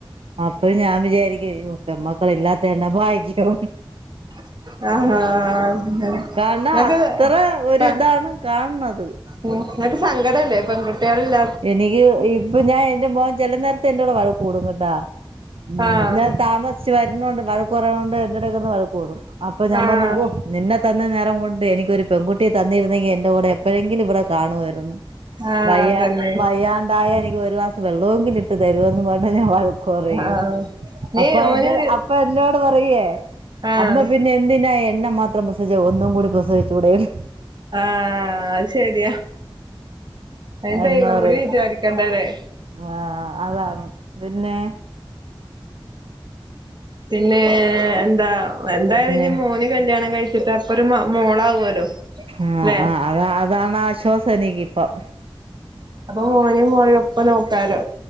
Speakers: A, on the right; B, on the right.
A: അപ്പഴ് ഞാൻ വിചാരിക്കുംയ്യോ പെമ്മക്കളില്ലാതെ ത്തെന്നെ ഭാഗ്യം
B: <inaudible> ആഹാ അഹ്
A: കാരണം
B: അത്പ്പ
A: അത്ര ഒരിതാണ് കാണണത്
B: ഉം ന്നട്ട് സങ്കടല്ലേ പെൺകുട്ട്യാളില്ല
A: എനിക്ക് ഇപ്പൊ ഞാൻ എന്റെ മോൻ ചില നേരത്തെന്റുടെ വഴക്ക് കൂടും കേട്ട ഉം
B: ആഹ്
A: ഞാൻ താമസിച്ച് വരുണൊണ്ട് വഴക്ക് പറയിണൊണ്ട് അയിന്റെടെകിടന്ന് വഴ ക്ക് കൂടും അപ്പൊ ഞാൻ
B: ആഹ്
A: പറഞ്ഞു ഓഹ് നിന്നെ തന്ന നേരം കൊണ്ട് എനിക്കൊരു പെൺകുട്ടിയെ തന്നിരുന്നെങ്കി എന്റെ കൂടെ എപ്പോഴെങ്കിലും ഇവിടെ കാണുവായിരുന്നു
B: ആഹ്
A: വയ്യ
B: അതന്നെ
A: വയ്യാണ്ടായ എനിക്ക് ഒരു ഗ്ലാസ് വെള്ളൊവെങ്കിലും ഇട്ട് തരുവന്ന് പറഞ് ഞാൻ വഴ ക്ക് പറയും
B: ആഹ് നീ
A: അപ്പ
B: ഓന്
A: എന്റെ അപ്പൊ എന്നോട് പറയുവേ
B: ആഹ്
A: അമ്മ പിന്നെ എന്തിനാ എന്നെ മാത്രം പ്രസവിച്ചേ ഒന്നും കൂടി പ്രസവിച്ചുടെന്ന്
B: ആഹ് അത് ശരിയാ അയിന് ദൈവം
A: എന്ന് പറയും
B: കൂടി വിചാരിക്കണ്ടേലേ
A: ആഹ് അതാണ് പിന്നെ
B: പിന്നെ എന്താ എന്തായാലും
A: പിന്നെ
B: ഇനി മോന് കല്യാണം കഴിച്ചി ച്ചിട്ട് അപ്പൊരു മ മോളാവുവല്ലോല്ലെ
A: ആഹ് ആഹ് അതാ അതാണ് ആശ്വാസം എനിക്കിപ്പം
B: അപ്പൊ മോനേം മോളേം ഒപ്പം നോക്കാലോ